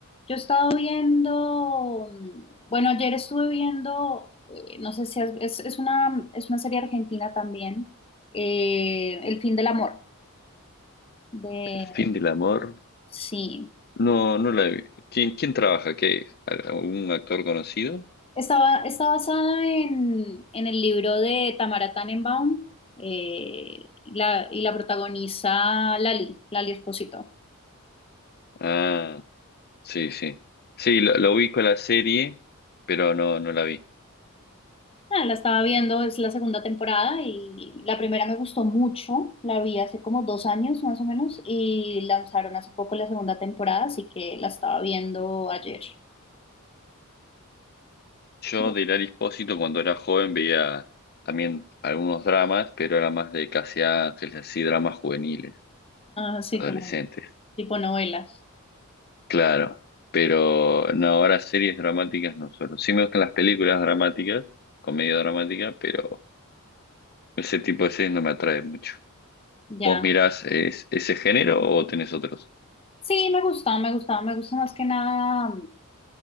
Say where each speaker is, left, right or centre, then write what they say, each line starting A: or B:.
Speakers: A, on the left; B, on the left.
A: yo he estado viendo, mm, bueno, ayer estuve viendo, eh, no sé si has- es, es una, es una serie argentina también, eh, El fin del amor, de,
B: El fin del amor
A: sí.
B: No, no la he vi- ¿Quién, quién trabaja? ¿Qué? ¿Un actor conocido?
A: Estaba, está basada en, en el libro de Tamara Tannenbaum eh, y la, y la protagoniza Lali, Lali Espósito.
B: Ah, sí, sí. Sí, lo, lo ubico la serie, pero no, no la vi.
A: Ah, la estaba viendo, es la segunda temporada y la primera me gustó mucho, la vi hace como dos años más o menos y lanzaron hace poco la segunda temporada, así que la estaba viendo ayer.
B: Yo
A: <laughs>
B: de Hilary Espósito cuando era joven veía también algunos dramas, pero era más de Casi Ángeles, así dramas juveniles,
A: Así
B: adolescentes.
A: como tipo novelas,
B: Claro. Pero no, ahora series dramáticas no suelo. Sí me gustan las películas dramáticas, comedia dramática, pero ese tipo de series no me atrae mucho.
A: ya.
B: ¿Vos mirás es- ese género o tenés otros?
A: Sí, me gustaba, me gustaba, me gusta más que nada,